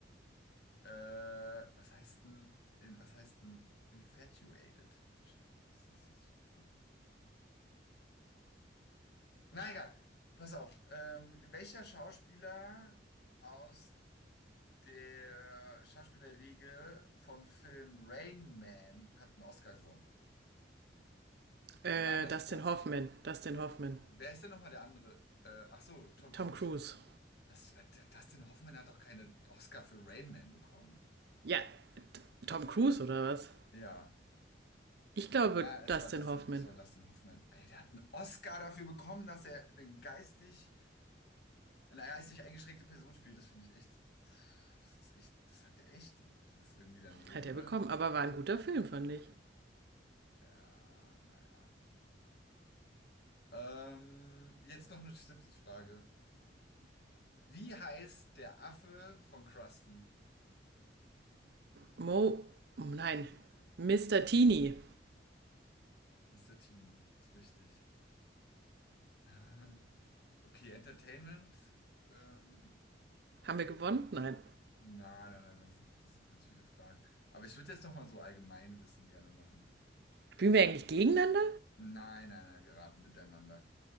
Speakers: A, on the left; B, on the right.
A: äh, was heißt denn, in, was heißt denn infatuated? Scheiße, ist das jetzt. so? Na egal, pass auf. Ähm, welcher Schauspieler aus der Schauspielerriege vom Film Rain Man hat einen Oscar gewonnen?
B: Äh,
A: Wer war denn das
B: Dustin
A: nochmal?
B: Hoffman. Dustin
A: Ja.
B: Hoffman.
A: Wer ist denn nochmal der andere? Äh, ach so, Tom
B: Tom
A: Cruise.
B: Cruise.
A: Das, äh, Dustin Hoffman hat doch keinen Oscar für Rain Man bekommen.
B: Ja, T- Tom Cruise oder was?
A: Ja,
B: Ich glaube,
A: na, es
B: Dustin
A: war Dustin,
B: Hoffman
A: es war Dustin Hoffman. Ey, der hat einen Oscar dafür bekommen, dass er eine geistig, eine geistig eingeschränkte Person spielt. Das finde ich echt, pff, das ist echt, das hat er echt, das ist irgendwie daneben,
B: hat
A: oder?
B: er bekommen, aber war ein guter Film, fand ich.
A: Ja, naja. Ähm, jetzt noch eine Simpsons-Frage. Wie heißt der Affe von Krusty?
B: Mo, oh nein, Mr. Teeny.
A: Mr. Teeny, ist richtig. <laughs> Okay, Entertainment. Ähm,
B: Haben wir gewonnen? Nein.
A: na, na, na, das sind, das sind ganz viele Fragen. Aber ich würde jetzt nochmal so Allgemeinwissen gerne machen.
B: Spielen wir eigentlich gegeneinander?
A: Nein, nein, nein, wir raten miteinander.